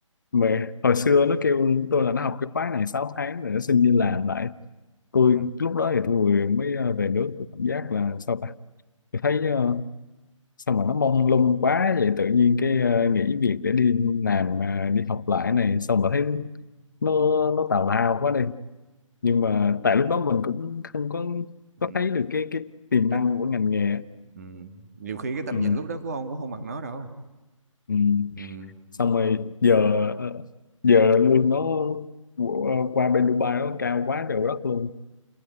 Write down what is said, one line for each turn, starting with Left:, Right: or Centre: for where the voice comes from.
Left: mà hồi xưa nó kêu tôi là nó học cái khóa này 6 tháng rồi nó xin đi làm lại tôi
Right: ừ
Left: lúc đó thì tôi vừa mới ờ, về nước tôi cảm giác là sao ta tôi thấy ờ, sao mà nó mông lung quá vậy tự nhiên cái ờ, nghỉ việc để đi làm ờ, đi học lại này xong rồi thấy nó nó tào lao quá đi nhưng mà tại lúc đó mình cũng không có
Right: ừ
Left: có thấy được cái cái tiềm
Right: <laughs> cái
Left: năng của ngành nghề
Right: ừ. nhiều khi cái tầm
Left: ừ,
Right: nhìn lúc đó của ông cũng không bằng nó đâu
Left: ừ.
Right: ừ
Left: xong rồi giờ ờ, giờ lương nó của- ờ, qua bên Dubai nó cao quá trời đất luôn